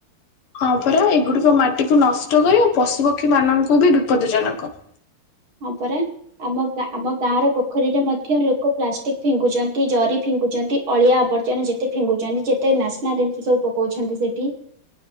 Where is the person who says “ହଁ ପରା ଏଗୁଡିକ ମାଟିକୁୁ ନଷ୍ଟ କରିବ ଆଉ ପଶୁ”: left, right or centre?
Left